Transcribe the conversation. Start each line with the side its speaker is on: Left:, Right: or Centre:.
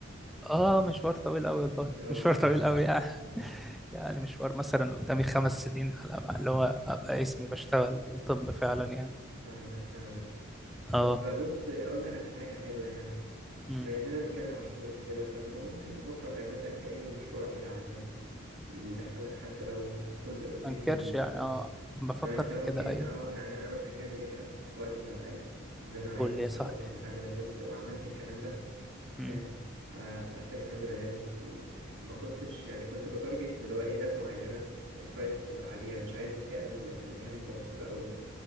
Centre: اه مشوار طويل قوي والله
Right: لا والله
Centre: مشوار طويل
Right: تعب
Centre: قوي يعني
Right: لا لا
Centre: <laughs> يعني مشوار مثلا قدامي خمس سنين على ما- اللي هو ابقى اسمي بشتغل بالطب فعلا يعني
Right: فاهمك فاهمك
Centre: اه
Right: طب بص اقول لك على حاجه حلوه يعني
Centre: امم
Right: بما اننا بنتكلم على الشغل وكده طب ما ممكن تفكر تعمل لك اي مشروع كده على جنب يدخلك حتى لو جزء بسيط
Centre: ما انكرش
Right: من
Centre: يعني
Right: فلوس
Centre: اه بفكر
Right: لو انت
Centre: في
Right: ممكن
Centre: كده ايوه
Right: اه يعني انا مثلا جالي فكره في وقت من الاوقات ان انا عايز
Centre: قول
Right: افتح
Centre: لي يا صاحبي
Right: اصلا محل ملابس وعملت الكلام ده فاهم
Centre: امم
Right: آه فتحت محل ملابس وما كنتش يعني كنت بتارجت اللي هو ايه ناس معينة الكواليتي بتبقى عالية مش عايز الفئة ال- اللي هي المتوسطة او ال...